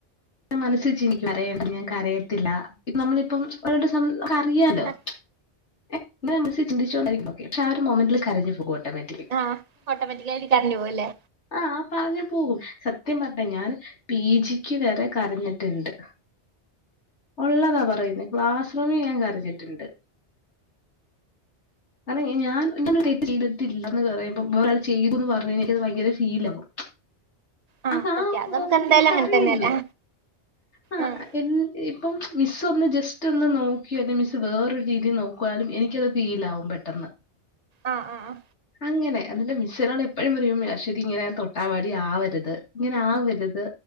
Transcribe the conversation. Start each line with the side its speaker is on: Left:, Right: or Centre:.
Left: <unintelligible> <unintelligible>
Right: ആഹ് ആഹ ഓട്ടോമാറ്റിക്കക് ആയിട്ട് കറഞ്ഞു പോവല്ലേ
Left: ആ ആ പറഞ്ഞു പോകും സത്യം പറഞ്ഞെ ഞാൻ പി ജിക്ക് വരെ കരഞ്ഞിട്ടുണ്ട് ഉള്ളതാ പറയുന്നു ക്ലാസ് റൂമിൽ ഞാൻ കരഞ്ഞിട്ടുണ്ട് അത ഞാൻ ചെയ്തിട്ടില്ല എന്ന് പറയുമ്പോ ഒരാൾ ചെയ്തുന്ന് പറഞ്ഞത് ഭയങ്കര ഫീൽ ആകും
Right: ആഹ്
Left: അതാ
Right: സത്യ അത്
Left: മോമന്റ്
Right: നമുക്ക് എന്തായാലും
Left: എനിക്കറിയില്ല
Right: അങ്ങനെ തന്നെയല്ലേ
Left: ആ
Right: ആഹ്
Left: ഇപ്പം മിസ് ഒന്ന് ജസ്റ്റ് ഒന്ന് നോക്കി അല്ലെ മിസ് വേറൊരു രീതിയിൽ നോക്കുവാലും എനിക്കത് ഫീൽ ആകും പെട്ടെന്ന്
Right: ആ ആ ആ
Left: അങ്ങനെ എന്നിട്ട് മിസ്സ്‌ എന്നോട് എപ്പോഴും പറയും അശ്വതി ഇങ്ങനെ തൊട്ടാവാടി ആവരുത് ഇങ്ങനെ ആവരുത്